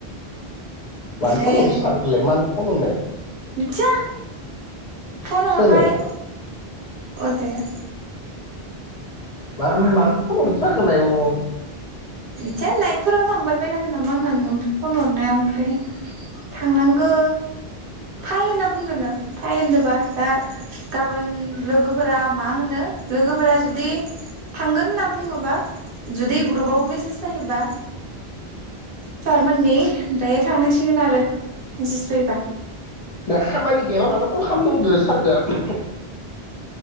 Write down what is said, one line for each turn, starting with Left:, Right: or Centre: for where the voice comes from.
Right: ओमफ्राय
Left: मानो फन हरदो सारखौलाय मानो फन हरनाय
Right: मिथिया फन हरबाय
Left: सोरो
Right: अ जाया
Left: मा मानो फन हरदो सारखोलाय अ
Right: मिथिया नाइटफोराव थांबाय बायनांगोन नामा होननानै ओमफ्राय फन हरनायाव ओमफ्राय थांनांगो फाय होनना बुंदोना फाय होनदोंबा दा गाबोन लोगोफोरा मा होनो लोगोफोरा जुदि थांगोन होनना बुङोबा जुदि ग्रुपआव मेसेज फायोबा सारमोननि ओमफ्राय थांनांसिगोन आरो मेसेस फैयोबा।
Left: दा खामानि गैयाबा मानो कल खामनांगो सारखो